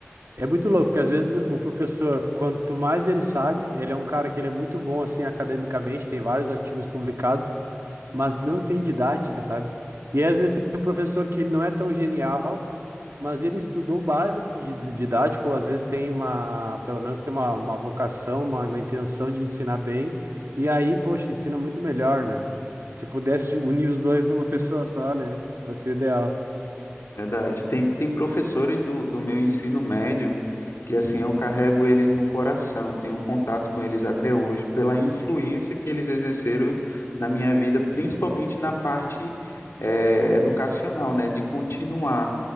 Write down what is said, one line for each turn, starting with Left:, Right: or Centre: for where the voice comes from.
Right: É muito louco, porque às vezes o professor, quanto mais ele sabe, ele é um cara que ele é muito bom assim academicamente, tem vários artigos publicados, mas não tem didática, sabe? E aí, às vezes tem um professor que ele não é tão genial, mas ele estudou o básico de de didático, ou às vezes tem uma, pelo menos tem uma, uma vocação, uma, uma intenção de ensinar bem, e aí, poxa, ensina muito melhor, né? Se pudesse unir os dois numa pessoa só, né? Fosse o ideal.
Left: Verdade. Tem, tem professores do, do meu ensino médio que, assim, eu carrego eles no coração, tenho contato com eles até hoje, pela influência que eles exerceram na minha vida, principalmente na parte, eh, educacional, né, de continuar.